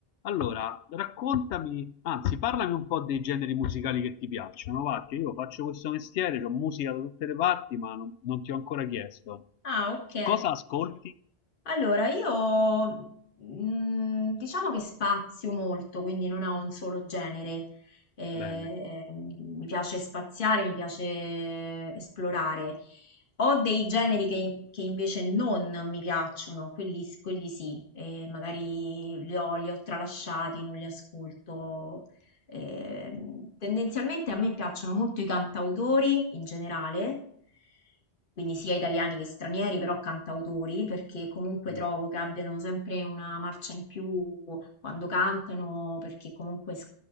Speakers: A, on the left (about 85°); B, on the left (about 50°).
A: Allora, raccontami, anzi, parlami un po' dei generi musicali che ti piacciono, va, che io faccio questo mestiere, ho musica da tutte le parti, ma non, non ti ho ancora chiesto.
B: Ah, ok.
A: Cosa ascolti?
B: Allora, io mm, diciamo che spazio molto, quindi non ho un solo genere. Eh,
A: Bene,
B: mi piace spaziare, mi piace esplorare. Ho dei generi che, che invece non mi piacciono, quelli, quelli sì, eh, magari li ho, li ho tralasciati, non li ascolto. Ehm, tendenzialmente a me piacciono molto i cantautori in generale, quindi sia italiani che stranieri, però cantautori, perché comunque
A: Mm,
B: trovo che abbiano sempre una marcia in più quando cantano, perché comunque s-